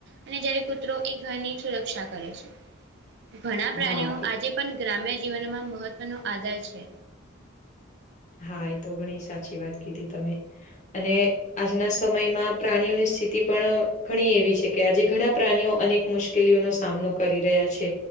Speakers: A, on the right; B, on the left.
A: અને જયારે કૂતરો એ ઘરની સુરક્ષા કરે છે ઘણા પ્રાણીઓ
B: હા એ-
A: આજે પણ ગ્રામ્ય જીવનમાં મહત્વનો આધાર છે.
B: હા એ તો ઘણી સાચી વાત કીધી તમે અને આજના સમયમાં પ્રાણીઓની સ્થિતિ પણ ઘણી એવી છે કે આજે ઘણા પ્રાણીઓ અનેક મુશ્ મુશ્કેલીઓનો સામનો કરી રહ્યા છે.